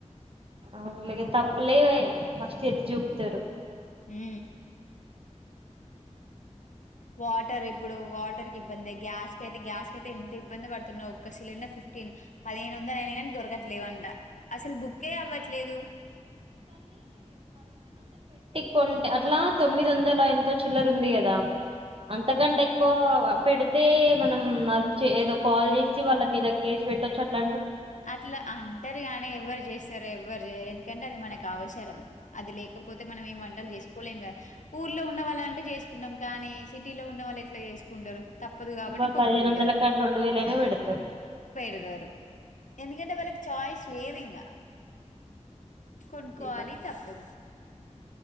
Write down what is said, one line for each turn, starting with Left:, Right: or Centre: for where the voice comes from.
Right: ఔన్లె తప్పులే ఫస్ట్ ఎత్తి చూప్తరు.
Left: ఉ ఊ వాటర్ ఇప్పుడు వాటర్కి ఇబ్బందె గ్యాస్ కయితే గ్యాస్ కైతే ఎంత ఇబ్బంది పడుతున్నవ్ ఒక్క సిలిండర్ ఫిఫ్ ఫ్టీన్ పదిహేను వందళ్ అయినగని దొరకట్లేవంట. అసలు బుక్కె అవ్వట్లేదు.
Right: కుంట్ అట్లా తొమ్మిది ఒందళ ఎంతో చిల్లర ఉంది. గద అంతకంటే ఎక్కువ పెడ్ తే మనం అది చె ఏదో కాల్ చేస్తె వాళ్ళ మీద కేసు పెట్టఒచ్ అట్ల
Left: అట్ల అంటరు గాని ఎవ్వరు చేస్ సరే ఎవ్వరు చేయర్ ఎందుకంటే అది మనక్ అవసరం అది లేకపోతే మనం ఏం వంటలు చేసుకోలేంగ ఊ ఊర్లో ఉన్న వాళ్లు అంటే చేసుకుంటం కానీ, సిటీలో ఉన్న వాళ్ళు ఎట్ల చేసుకుంటరు. తప్పదు కాబట్టి
Right: ఇవాళ
Left: కొనుక్కుంటరు
Right: పదిహేను వందల కాడ రెండు వేలైనా పెడతారు
Left: పెడదరు ఎందుకంటే వాళ్ళకి చాయిస్ లేద్ ఇంగ కొనుక్కొవాలి
Right: ఇక
Left: తప్పదు